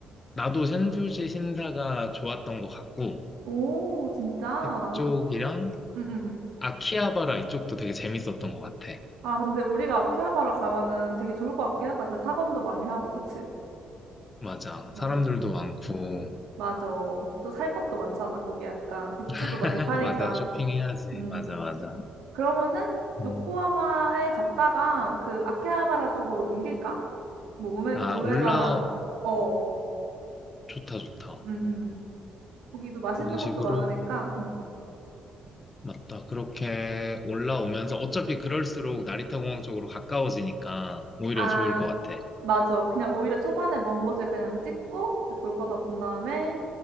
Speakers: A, on the left; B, on the right.
A: 나도 샌쇼지 신사가 좋았던 것 같고, 음.
B: 오 진짜?
A: 그쪽이랑
B: 응응응
A: 아키하바라 이쪽도 되게 재밌었던 것 같아.
B: 아 근데 우리가 아키하바라 가면은 되게 좋을 것 같긴 하다. 그 타건도 많이 하고 그치?
A: 맞아.
B: 어.
A: 사람들도 많고.
B: 맞아. 또 살 것도 많잖아. 거기 약간 굿즈도
A: <laughs>
B: 많이 파니까.
A: 맞아. 쇼핑해야지.
B: 음.
A: 맞아, 맞아.
B: 그러면은
A: 음.
B: 요코하마에 갔다가 그 아키하바라 쪽으로 옮길까? 뭐 우메
A: 아,
B: 우에다나
A: 올라,
B: 어어.
A: 좋다, 좋다.
B: 응 응. 거기도 맛있는
A: 그런 식으로.
B: 것도 많으니까 음.
A: 맞다. 그렇게 올라오면서 어차피 그럴수록 나리타 공항 쪽으로 가까워지니까 오히려
B: 아,
A: 좋을 것 같아.
B: 맞아. 그냥 오히려 초반에 먼 곳을 그냥 찍고 볼 거 다 본 다음에